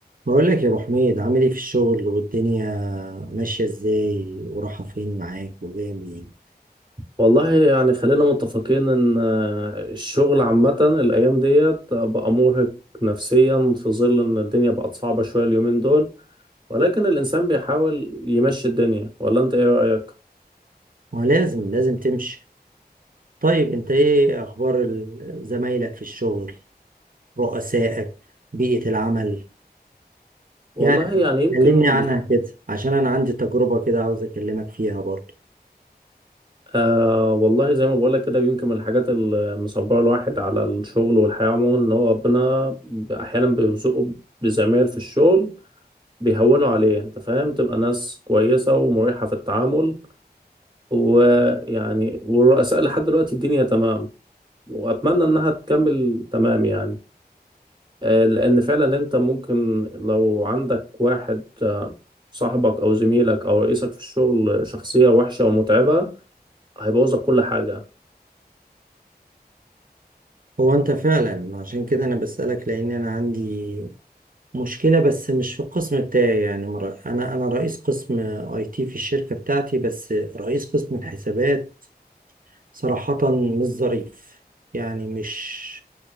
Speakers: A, on the right (about 55°); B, on the right (about 25°).
A: بقول لك يا ابو حميد عامل ايه في الشغل والدنيا ماشيه ازاي ورايحه فين معاك وجايه منين
B: والله يعني خلينا متفقين ان آه، الشغل عامة الايام ديت بقى مرهق نفسيا في ظل ان الدنيا بقت صعبة شوية اليومين دول ولكن الانسان بيحاول يمشي الدنيا ولا انت ايه رأيك؟
A: ما لازم لازم تمشي طيب انت ايه اخبار ال- زمايلك في الشغل رؤسائك بيئه العمل
B: والله
A: يعني
B: يعني يمكن
A: كلمني عنها
B: الح...
A: كده عشان انا عندي تجربه كده عاوز اكلمك فيها برضه
B: آه والله زي ما بقولك كده يمكن من الحاجات اللي مصبرة الواحد على الشغل والحياة عموما ان هو ربنا احيانا بيرزقه بزمايل في الشغل بيهونوا عليه انت فاهم تبقى ناس كويسة ومريحة في التعامل ويعني والرؤساء لحد دلوقتي الدنيا تمام وأتمنى إنها تكمل تمام يعني آه، لأن فعلا أنت ممكن لو عندك واحد آه، صاحبك أو زميلك أو رئيسك في الشغل شخصية وحشة ومتعبة هيبوظك كل حاجة
A: هو انت فعلا عشان كده انا بسالك لان انا عندي مشكلة بس مش في القسم بتاعي يعني مر- أنا أنا رئيس قسم أي تي في الشركة بتاعتي بس رئيس قسم الحسابات صراحة مش ظريف يعني مش